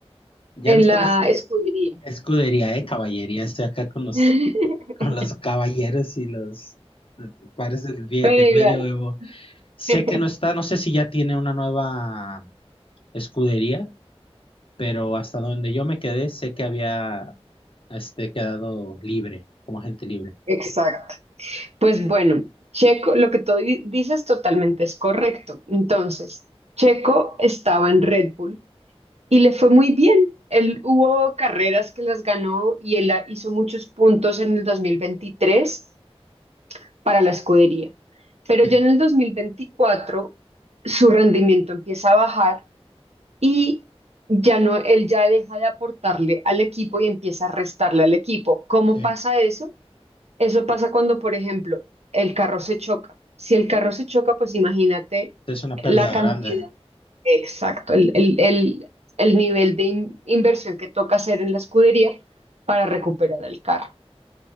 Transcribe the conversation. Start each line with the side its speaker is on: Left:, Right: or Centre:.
Left: Ya
Right: en
Left: no está
Right: la
Left: en es-
Right: escudería.
Left: escudería, eh, caballería. Estoy acá con los,
Right: <laughs>
Left: con los caballeros y los pares del, vie-
Right: Pero
Left: del
Right: igual.
Left: medioevo. Sé
Right: <laughs>
Left: que no está, no sé si ya tiene una nueva escudería pero hasta donde yo me quedé, sé que había este, quedado libre, como agente libre.
Right: Exacto. Pues bueno, Checo, lo que tú di- dices totalmente es correcto. Entonces, Checo estaba en Red Bull y le fue muy bien. Él hubo carreras que las ganó y él la- hizo muchos puntos en el 2023 para la escudería. Pero
Left: Sí,
Right: ya en el 2024 su rendimiento empieza a bajar y ya no, él ya deja de aportarle al equipo y empieza a restarle al equipo. ¿Cómo
Left: sí.
Right: pasa eso? Eso pasa cuando, por ejemplo, el carro se choca. Si el carro se choca, pues imagínate
Left: Es una pérdida
Right: la cantidad,
Left: grande.
Right: exacto, el, el- el- el nivel de in- inversión que toca hacer en la escudería para recuperar el carro.